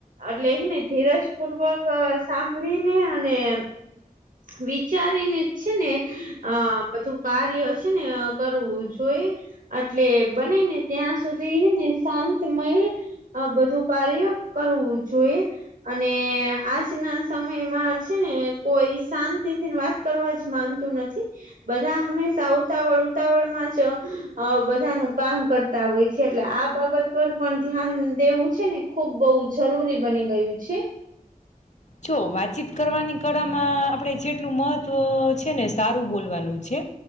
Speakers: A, on the right (about 65°); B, on the left (about 50°).
A: એટલે હેને ધીરજ પૂર્વક સાંભળીને અને વિ વિચારીને છે ને અ બધું કાર્ય છે ને કરવું જોઈએ. એટલે બને ને ત્યાં સુધી હેને શાંતમય આ બધું કાર્ય કરવું જોઈએ. અને આજનાં સમયમાં છે ને કોઈ શાંતિ થી વાત કરવા જ માંગતું નથી. બધાં હંમેશા ઉતાવળ ઉતાવળ માં જ અ બધાનું કામ કર તા હોય છે. એટલે આ બાબત પર પણ ધ્યાન દેવું છે ને ખુબ બહુ જરૂરી બની ગયું છે.
B: જો વાતચીત કરવાની કળામાં આપણે જેટલું મહત્ત્વ છે ને સારું બોલવાનું છે.